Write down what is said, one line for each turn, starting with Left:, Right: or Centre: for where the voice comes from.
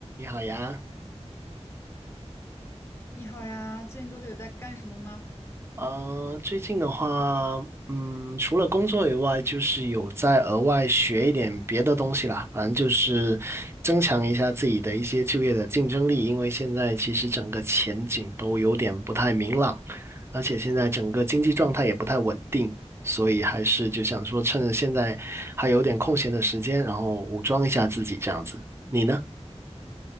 Right: 你好呀，
Left: 你好呀，最近都得有在干什么吗？
Right: 呃，最近的话，嗯，除了工作以外，就是有在额外学一点别的东西啦，反正就是增强一下自己的一些就业的竞争力，因为现在其实整个前景都有点不太明朗，而且现在整个经济状态也不太稳定，所以还是就想说趁着现在还有点空闲的时间，然后武装一下自己这样子。你呢？